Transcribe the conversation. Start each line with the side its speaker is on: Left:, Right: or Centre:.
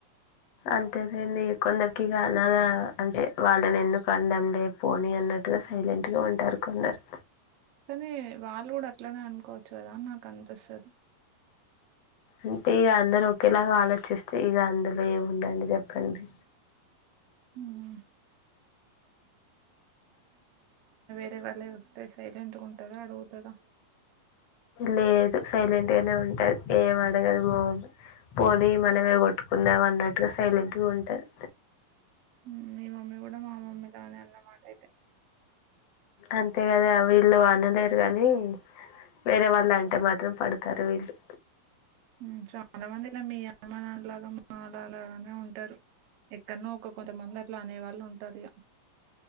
Left: అంతేలెండి కొందరికి కాలాల అంటే వాళ్ళని ఎందుకు అనడం లే పోని అన్నట్టుగా సైలెంట్ గా ఉంటారు కొందరు
Right: కానీ వాళ్ళు కూడా అట్లనే అనుకోవచ్చు కదా అని నాకు అనిపిస్తాది
Left: అంటే ఇక అందరు ఒకేలాగా ఆలోచిస్తే ఇక అందులో ఏముందండి చెప్పండి.
Right: ఉమ్ అడిగే వాళ్ళ వస్తే సైలెంట్ గా ఉంటుందా అడుగుతదా
Left: లేదు సైలెంట్ గానే ఉంటాది ఏం అడగదు మా మమ్మి పోని మనమే కొట్టుకుందామ అన్నట్టు అటుగా సైలెంట్ గా ఉంటాది
Right: ఆహ్ మీ మమ్మీ కూడా మా మమ్మీ లాగే అనమాట అయితే
Left: అంతే కదా వీల్లు వాళ్లులేరు గాని వేరే వాళ్ళ అంటే మాత్రం పడుతు కరివిలు
Right: ఆహ్ చాలా మందిల మీ మీ అమ్మానాన్నల లాగా మా అమ్మానాన్నలు కూడా ఉంటారు. ఎక్కన్నో ఒక కొంతమంది అట్లా అనే వాళ్ళు ఉంటారు ఇగా